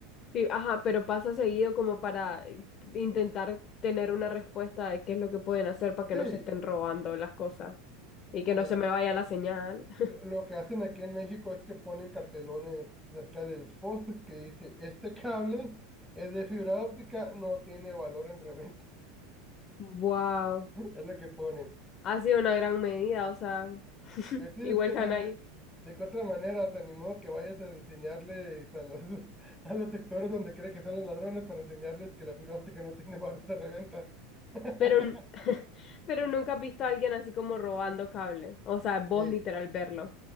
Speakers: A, on the left (about 35°); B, in the centre.
A: Sí, ajá, pero pasa seguido como para eh, intentar tener una respuesta de qué es lo que pueden hacer para que
B: Sí,
A: no se estén robando las cosas y
B: pues
A: que no se me vaya la señal. <laughs>
B: lo lo que hacen aquí en México es que ponen cartelones cerca de los postes que dice, este cable... Es de fibra óptica, no tiene valor en reventa
A: Wow.
B: Es lo que pone.
A: Ha sido una gran medida, o sea, <laughs>
B: Pues sí, es
A: igual
B: que
A: se
B: de,
A: van a ir.
B: de qué otra manera, se animó que vayas a enseñarles a los, <laughs> a los sectores donde cree que están los ladrones para enseñarles que la fibra óptica no tiene valor de reventa. <laughs>
A: Pero, n- <laughs> pero nunca has visto a alguien así como robando cable. O sea, vos
B: Eh,
A: literal verlo.